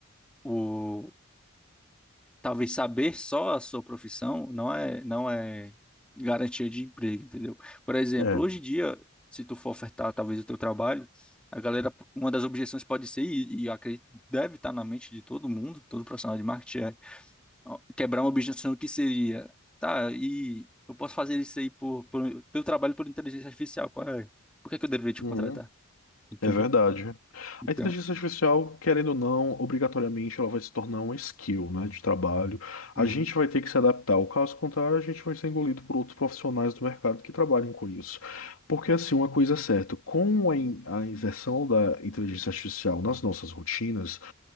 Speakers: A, in the centre; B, on the left.
A: o talvez saber só a sua profissão não é não é garantia de emprego, entendeu? Por exemplo,
B: é.
A: hoje em dia, se tu for ofertar talvez o teu trabalho, a galera uma das objeções pode ser e, e eu acredito que deve estar na mente de todo mundo, todo profissional de marketing é ó, quebrar uma objeção que seria, tá, e eu posso fazer isso aí por, por teu trabalho por inteligência artificial, qual é? Por que que eu deveria te
B: Uhum.
A: contratar? Entendeu?
B: É verdade.
A: Então
B: A inteligência artificial, querendo ou não, obrigatoriamente ela vai se tornar uma skill, né, de trabalho. A
A: Uhum,
B: gente vai ter que se adaptar. O caso contrário, a gente vai ser engolido por outros profissionais do mercado que trabalham com isso. Porque assim, uma coisa é certa, com a, in- a inserção da inteligência artificial nas nossas rotinas,